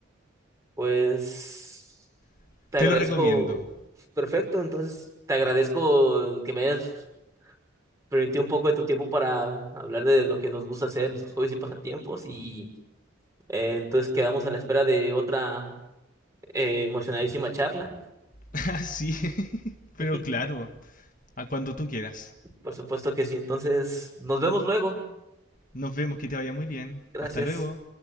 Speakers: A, on the right; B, on the left.
A: Pues
B: <laughs>
A: te
B: Te
A: agradezco.
B: lo recomiendo.
A: Perfecto, entonces te agradezco que me hayas permitir un poco de tu tiempo para hablar de lo que nos gusta hacer, nuestros hobbies y pasatiempos. Y eh, entonces quedamos a la espera de otra eh, emocionadísima charla.
B: <laughs> sí, <laughs>
A: <laughs>
B: pero claro, a cuando tú quieras.
A: Por supuesto que sí. Entonces, nos vemos luego.
B: Nos vemos, que te vaya muy bien.
A: Gracias.
B: Hasta luego.